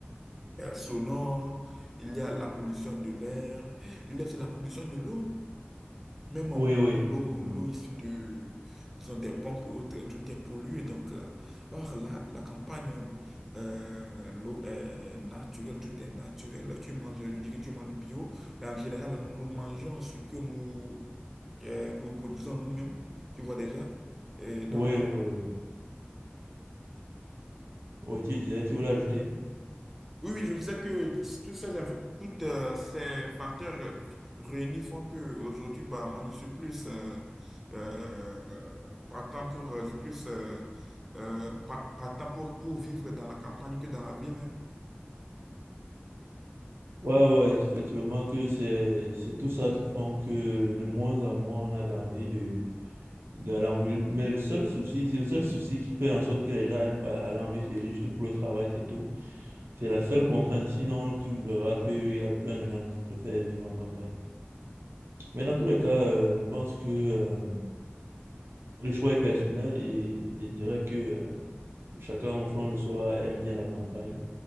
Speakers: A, in the centre; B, on the right (about 70°).
A: euh, sonore, il y a la pollution de l'air, il y a aussi la pollution de l'eau. Même on
B: Oui,
A: boit
B: oui.
A: l'eau,
B: Mm.
A: l'eau issue de, disons, des pompes et autres, tout est pollué. Donc, euh, or, la, la campagne, euh, l'eau est naturelle, tout est naturel. Tu manges, je dis que tu manges bio. Mais en général, nous mangeons ce que nous, euh, nous produisons nous-mêmes, tu vois déjà. Et donc,
B: Oui, oui, oui. Oui, tu disais, tu voulais ajouter?
A: Oui, oui, je disais que tous ces, inf- toutes, euh, ces facteurs euh, réunis font que aujourd'hui bah, moi, je suis plus euh, euh, partant pour, euh, je suis plus, euh, euh, pa- partant pour, pour vivre dans la campagne que dans la ville. hein.
B: Ouais, ouais, effectivement que c'est c'est tout ça qui font que de moins en moins on a envie de d'aller en ville. Mais le seul souci, c'est le seul souci qui fait en sorte que les gens aiment pas aller en ville, c'est juste pour le travail, c'est tout. C'est la seule contrainte. Sinon, tu verras qu'il y a plein de gens qui préfèrent vivre en campagne. Mais dans tous les cas, euh, je pense que euh, le choix est personnel et je dirais que euh, chacun, au fond de soi, aime bien la campagne.